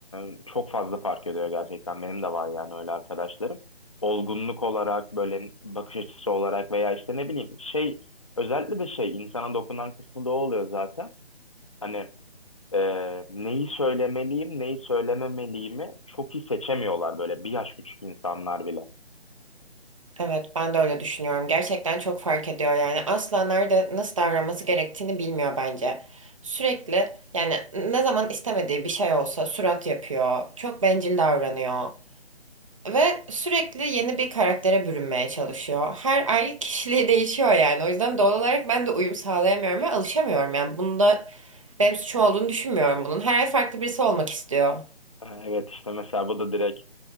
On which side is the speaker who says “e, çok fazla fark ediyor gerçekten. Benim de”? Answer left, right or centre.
Left